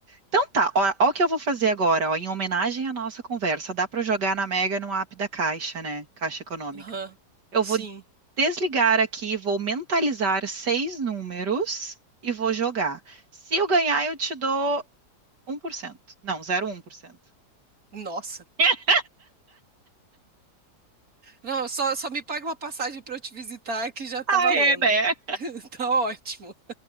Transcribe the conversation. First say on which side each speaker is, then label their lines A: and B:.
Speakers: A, on the right; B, on the right.
A: Então tá, ó, ó o que eu vou fazer agora, ó, em homenagem à nossa conversa. Dá para jogar na Mega no app da Caixa, né? Caixa Econômica.
B: Aham.
A: Eu
B: Sim.
A: vou desligar aqui, vou mentalizar seis números e vou jogar. Se eu ganhar, eu te dou um por cento. Não, zero vírgula um por cento.
B: Nossa.
A: <laughs>
B: Não, só, só me paga uma passagem pra eu te visitar que já tá
A: Ah,
B: valendo.
A: é, né?
B: <laughs> Tá ótimo.